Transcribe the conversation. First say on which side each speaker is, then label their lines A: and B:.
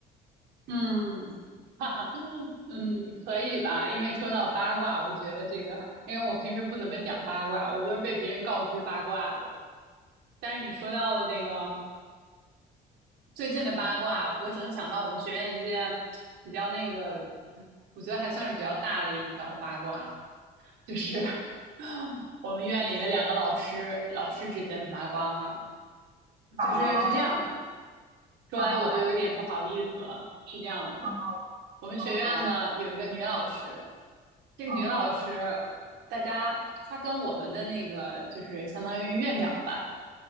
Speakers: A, on the right; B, on the right.
A: 嗯，哈哈，嗯，可以吧？因为说到八卦，我觉得这个，因为我平时不怎么讲八卦，我都是被别人告知八卦的。但是你说到了这个最近的八卦，我只能想到我们学院一件比较那个，我觉得还算是比较大的一条八卦，就是 <laughs> 我们院里的两个老师，老师之间的八卦哈，
B: 啊，
A: 就是是这样的。说来我都有点不好意思了。
B: 嗯哼，
A: 是这样的，
B: 嗯哼，
A: 我们学院呢有一个女老师，
B: 嗯哼，
A: 这个女老师，
B: 嗯哼，
A: 大家她跟我们的那个就是相当于院长吧，